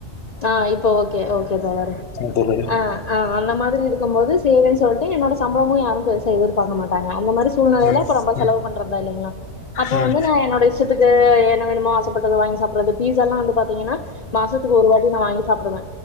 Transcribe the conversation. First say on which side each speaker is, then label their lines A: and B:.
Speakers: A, on the left (about 85°); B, on the left (about 60°).
A: ஆ இப்போ ஒ ஓகே தோழரே
B: தோழரே
A: அ அ அந்த மாதிரி இருக்கும் மோது சேவிங்ஸ் வண்டு என்னோட சம்பளமோ யாரு பெருசா எ பாக்க மாட்டாங்க அந்த மாரி சூழ்நலைல
B: ம்
A: அப்பநம்ப
B: ம்
A: செலவு பண்றதா இல்லைங்களா அப்ப
B: ம்
A: வந்து நா என்னுடைய ஸ இஷ்டத்துக்கு என்ன வேணுமோ ஆசப்பட்டத வாங்கி சாப்பிடுறது பீஸாலா வந்து பாத்தீங்கன்னா மாசத்துக்கு ஒரு வாட்டி நா வாங்கி சாப்பிடுவே